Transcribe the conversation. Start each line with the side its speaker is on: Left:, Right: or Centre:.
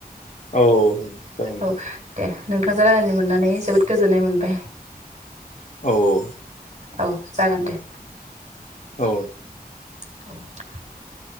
Left: नोंथां
Right: औ दे नोंथांजों रायलायनो मोननानै जोबोद गोजोननाय मोनबाय।
Left: औ औ।
Right: औ जागोन दे।
Left: औ।
Right: <inaudible>